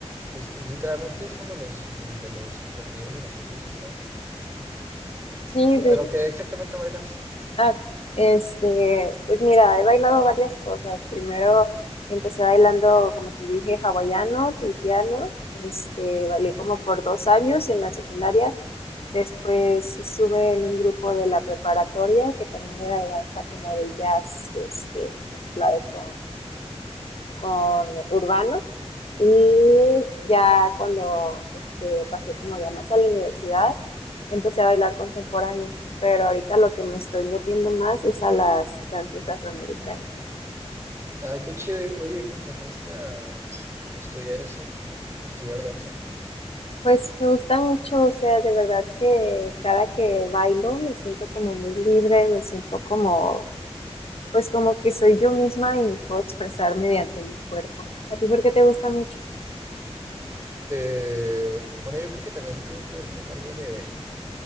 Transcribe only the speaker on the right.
pues, literalmente es uno de los, de los preferidos de nosotros dos, ¿sabes?
Pero
¿qué exactamente bailas?
Ajá.
Ah, qué chido. Y- Oye, ¿y por qué entraste a estudiar eso? estudiar danza.
Eh, bueno, yo creo que también tiene que ver con algo de,